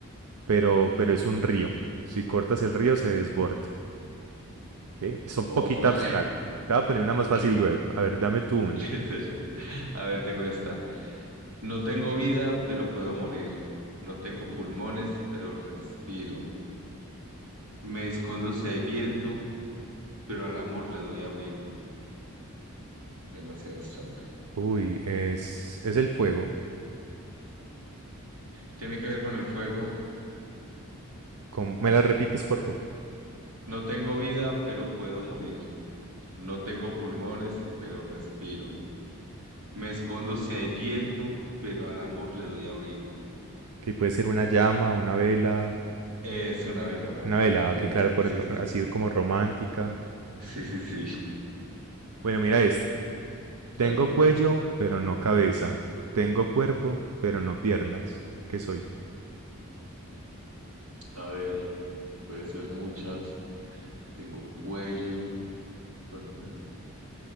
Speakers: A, on the right (about 85°); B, on the right (about 70°).
A: pero, pero es un río. Si cortas el río, se desborda. Ok, Está un
B: Oh,
A: poquito
B: <laughs>
A: abstract.
B: ok,
A: Te voy a poner una
B: ok.
A: más fácil luego. A ver, dame tú una.
B: Listo. A ver, tengo esta. No tengo vida, pero puedo morir. No tengo pulmones, pero respiro. Me escondo si hay viento, pero al amor le doy abrigo. Demasiado abstracta.
A: Uy, es, es el fuego.
B: Tiene que ver con el fuego.
A: ¿Cómo- ¿Me la repites, por favor?
B: No tengo vida, pero puedo morir. No tengo pulmones, pero respiro. Me escondo si hay viento, pero al amor le doy abrigo.
A: Que puede ser una llama, una vela.
B: Es una vela, una
A: Una
B: vela.
A: vela,
B: Muy bien.
A: que claro, por
B: Sí,
A: el-
B: sí, sí.
A: así como romántica.
B: Sí, sí, sí. <laughs>
A: Bueno, mira esta. Tengo
B: Dale.
A: cuello, pero no cabeza. Tengo cuerpo, pero no piernas. ¿Qué soy?
B: A ver, puede ser muchas. Tengo cuello. pero no cabeza.